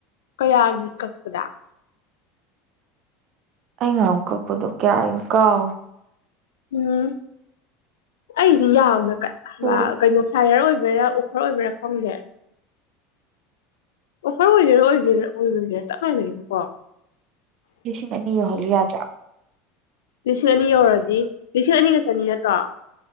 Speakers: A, on the left (about 75°); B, on the right (about 50°).
A: ꯀꯌꯥꯒꯤ ꯀꯛꯄꯗ
B: ꯑꯩ ꯉ ꯑꯃ ꯀꯛꯄꯗꯣ ꯀꯌꯥꯅꯣ ꯀꯥꯎꯔꯣ
A: ꯎꯝ ꯑꯩꯗꯤ ꯌꯥꯝꯅ
B: ꯄꯣꯠ
A: ꯀꯩꯅꯣ ꯍꯥꯏꯌꯔ ꯑꯣꯏꯕꯩꯔ ꯑꯣꯐꯔ ꯑꯣꯏꯕꯩꯔ ꯈꯪꯗꯦ ꯑꯣꯐꯔ ꯑꯣꯏꯖꯔꯣ ꯑꯣꯏ <inaudible> ꯆꯞ ꯃꯥꯏꯅꯩ ꯀꯣ
B: ꯂꯤꯁꯤꯡ ꯑꯅꯤ ꯌ <inaudible> <inaudible>
A: ꯂꯤꯁꯤꯡ ꯑꯅꯤ ꯌꯧꯔꯗꯤ ꯂꯤꯁꯤꯡ ꯑꯅꯤꯒ ꯆꯅꯤ ꯅꯠꯇ꯭ꯔꯣ